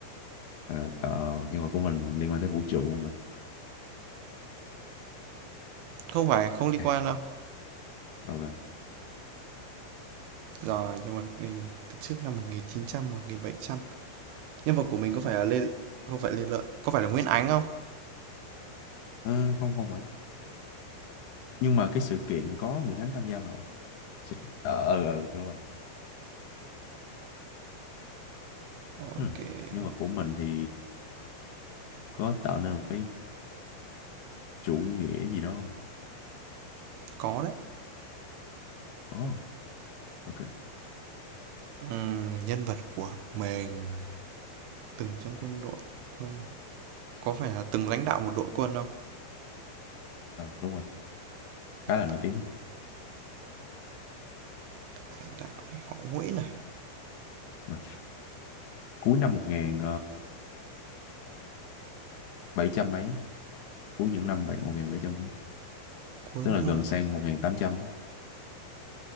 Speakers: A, on the left; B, on the right.
A: Ờ, ờ, nhưng mà của mình liên quan tới vũ trụ mà
B: Không phải không liên
A: À,
B: quan đâu.
A: ờ vâng.
B: Rồi, nhưng mà mình từ trước năm một một nghìn nghìn chín trăm một nghìn bảy trăm Nhân vật của mình có phải là Lê không phải Lê Lợi, có phải là Nguyễn Ánh không?
A: Ờ, không không phải nhưng mà cái sự kiện có Nguyễn Ánh tham gia vào Chị- ờ ờ ờ, đúng rồi
B: OK,
A: hmm. nhưng mà của mình thì có tạo nên một cái chủ nghĩa gì đó không
B: có đấy.
A: Ồ, ok
B: Ừm, nhân vật của mình từng trong quân đội không? Có phải là từng lãnh đạo một đội quân không?
A: ờ, đúng rồi khá là nổi
B: Từng,
A: tiếng
B: từng lãnh đạo này họ Nguyễn này,
A: Ờ. cuối năm một nghìn bảy trăm mấy cuối những năm một nghìn bảy trăm mấy
B: cuối
A: tức
B: những
A: là gần
B: là
A: sang một nghìn tám trăm